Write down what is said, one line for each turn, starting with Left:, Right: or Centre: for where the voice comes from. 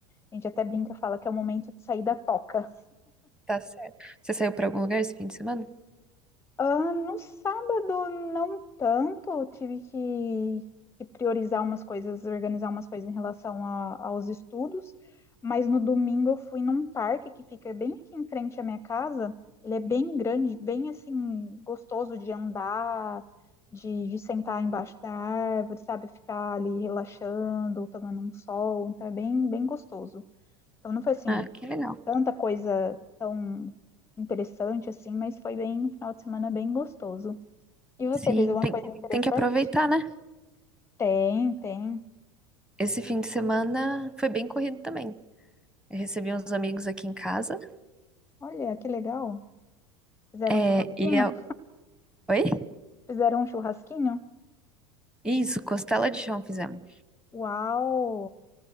Left: A gente até brinca, fala que é o momento de sair da toca.
Centre: Tá certo. Você saiu pra algum lugar esse fim de semana?
Left: Ah, no sábado, não tanto. Eu Tive que, que priorizar umas coisas, organizar umas coisas em relação a- aos estudos. Mas no domingo eu fui num parque que fica bem aqui em frente à minha casa. Ele é bem grande, bem assim, gostoso de andar, de, de sentar embaixo da árvore, sabe? Ficar ali relaxando, tomando um sol. Então é bem, bem gostoso. Então não foi assim,
Centre: Ah, que legal.
Left: tanta coisa tão interessante assim, mas foi bem, um final de semana bem gostoso. E você
Centre: Sim,
Left: fez alguma
Centre: tem,
Left: coisa interessante?
Centre: tem que aproveitar, né?
Left: Tem, tem.
Centre: Esse fim de semana foi bem corrido também. Eu recebi uns amigos aqui em casa.
Left: Olha, que legal. Fizeram
Centre: É,
Left: um churrasquinho?
Centre: e eu... Oi?
Left: Fizeram um churrasquinho?
Centre: Isso, costela de chão fizemos.
Left: Uau!